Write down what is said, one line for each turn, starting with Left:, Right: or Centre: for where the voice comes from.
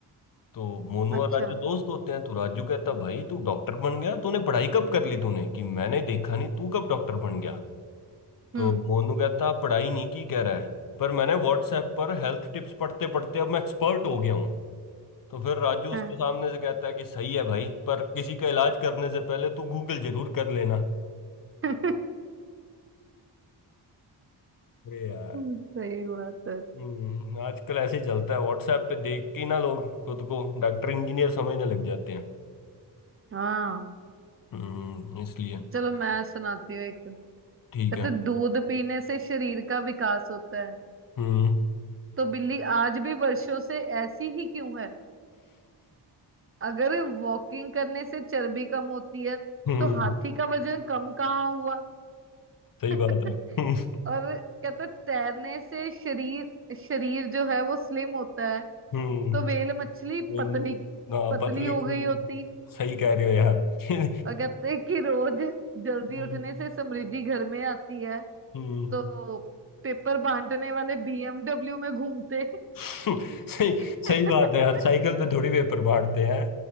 Left: तो मोनू
Right: अच्छा
Left: और राजू दोस्त होते हैं तो राजू कहता है भाई तू डॉक्टर बन गया तूने पढ़ाई कब कर ली तूने कि मैंने देखा नहीं तू कब डॉक्टर बन गया तो
Right: हम्म
Left: मोनू कहता पढ़ाई नहीं की कह रहा है पर मैंने व्हाट्सएप पर हेल्थ टिप्स पढ़ते पढ़ते अब मैं एक्सपर्ट हो गया हूँ तो फिर राजू
Right: हाँ
Left: उसको सामने से कहता है कि सही है भाई पर किसी का इलाज करने से पहले तू गूगल जरूर कर लेना
Right: <laughs> सही
Left: अरे यार
Right: बात है
Left: हम्म आजकल ऐसे ही चलता है व्हाट्सएप पे देख के ना लोग खुद को डॉक्टर इंजीनियर समझने लग जाते हैं
Right: हाँ
Left: हम्म इसलिए
Right: चलो मैं सुनाती हूँ एक कहते
Left: ठीक है
Right: दूध पीने से शरीर का विकास होता है
Left: हम्म
Right: तो बिल्ली आज भी वर्षों से ऐसी ही क्यों है अगर वॉकिंग करने से चर्बी कम होती है
Left: हम्म
Right: तो हाथी का वजन कम कहाँ हुआ
Left: सही
Right: <laughs>
Left: बात है हम्म
Right: और कहते हैं, तैरने से शरीर शरीर जो है वो स्लिम होता है
Left: हम्म,
Right: तो व्हेल मछली
Left: बोल
Right: पतली
Left: में ना
Right: पतली
Left: पतली
Right: हो
Left: कूल
Right: गई होती
Left: सही कह रहे हो यार
Right: और कहते हैं कि रोज जल्दी
Left: हम्म
Right: उठने से समृद्धि घर में आती है
Left: हम्म,
Right: तो पेपर बांटने वाले बीएमडब्ल्यू में घूमते
Left: सही
Right: <laughs>
Left: सही बात है यार साइकिल पे थोड़ी पेपर बांटते हैं